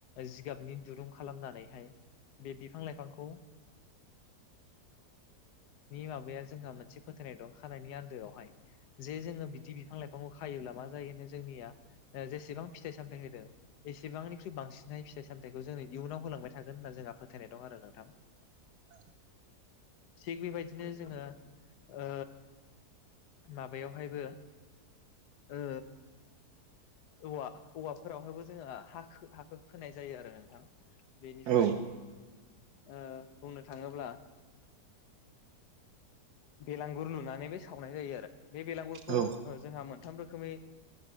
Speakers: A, on the left; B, on the right.
A: जिगाबनि दुरुं खालामनानैहाय बे बिफां लाइफांखौ माबाया जोंहा मोनसे फोथायनाय दं खानायनि आन्दोआवहाय जे जोङो बिदि बिफां लाइफांखौ खायोब्ला मा जायोनो जोंनिआ जेसेबां फिथाइ सामथाइ होदों एसेबांनिख्रुइ बांसिनहाय फिथाइ सामथाइखौ जोंनि इयुनाव होलांबाय थागोन होनना जोंहा फोथायनाय दं आरो नोंथां।
B: <inaudible>
A: थिग बेबायदिनो जोङो ओ माबायावहायबो ओ औवा औवाफोरावहायबो जोङो हा हाखो खोनाय जायो आरो नोंथां। बेनिफाय
B: औ
A: ओ बुंनो थाङोब्ला बेलांगुर लुनानै बे सावनाय जायो आरो बे बेलांगुरखौ
B: औ
A: जोंहा मोनथाम रोखोम